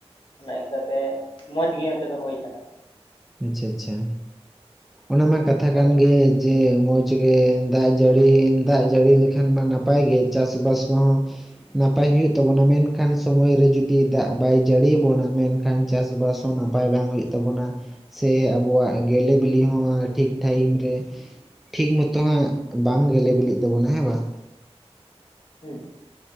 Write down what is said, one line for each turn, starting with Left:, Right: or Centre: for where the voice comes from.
Left: ᱱᱟᱭ ᱠᱟᱛᱮᱜ ᱢᱚᱸᱡᱽ ᱜᱮ ᱚᱱᱛᱮ ᱫᱚ ᱦᱳᱭ ᱠᱟᱱᱟ ᱾
Centre: ᱟᱪ-ᱪᱷᱟ ᱟᱪ-ᱪᱷᱟ, ᱚᱱᱟ ᱢᱟ ᱠᱟᱛᱷᱟ
Left: ᱦᱳᱭ
Centre: ᱠᱟᱱ ᱜᱮᱡ ᱡᱮ ᱢᱚᱡᱽ ᱜᱮ ᱫᱟᱜ ᱡᱟᱹᱲᱤ ᱫᱟᱜ ᱡᱟᱹᱲᱤ ᱞᱮᱠᱷᱟᱱ ᱢᱟ ᱱᱟᱯᱟᱭ ᱜᱮ ᱪᱟᱥᱵᱟᱥ ᱠᱚᱦᱚᱸ ᱱᱟᱯᱟᱭ ᱦᱩᱭᱩᱜ ᱛᱟᱵᱚᱱᱟ ᱢᱮᱱᱠᱷᱟᱱ ᱥᱚᱢᱚᱭ ᱨᱮ ᱡᱩᱫᱤ ᱫᱟᱜ ᱵᱟᱭ ᱡᱟᱹᱲᱤᱭᱟ ᱟᱵᱚᱱᱟ ᱢᱮᱱ ᱠᱷᱟᱱ ᱪᱟᱥᱵᱟᱥ ᱦᱚᱸ ᱱᱟᱯᱟᱭ ᱵᱟᱝ ᱦᱩᱭᱩᱜ ᱛᱟᱵᱚᱱᱟ ᱾ ᱥᱮ ᱟᱵᱚᱣᱟᱜ ᱜᱮᱞᱮ ᱵᱤᱞᱤ ᱦᱚᱸ ᱴᱷᱤᱠ ᱴᱷᱟᱭᱤᱢ ᱨᱮ ᱴᱷᱤᱠ ᱢᱚᱛᱚ ᱦᱟᱸᱜ ᱵᱟᱝ ᱜᱮᱞᱮ ᱵᱤᱞᱤᱜ ᱛᱟᱵᱚᱱᱟ ᱦᱮᱸ ᱵᱟᱝ?
Left: ᱦᱮᱸ